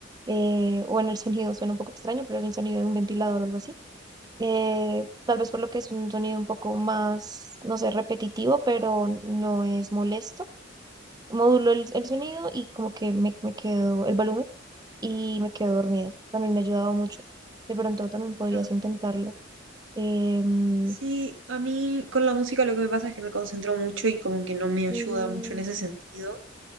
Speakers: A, on the right; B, on the right.
A: eh, o en el sonido, suena un poco extraño, pero en el sonido de un ventilador o algo así. Eh, tal vez por lo que es un sonido un poco más, no sé, repetitivo, pero no es molesto. Modulo el, el sonido y como que me, me quedo el volumen y me quedo dormida. También me ha ayudado mucho. De pronto también podrías
B: claro.
A: intentarlo. Em,
B: Sí, a mí con la música lo que me pasa es que me concentro mucho y como que no me
A: mm,
B: ayuda mucho en ese sentido,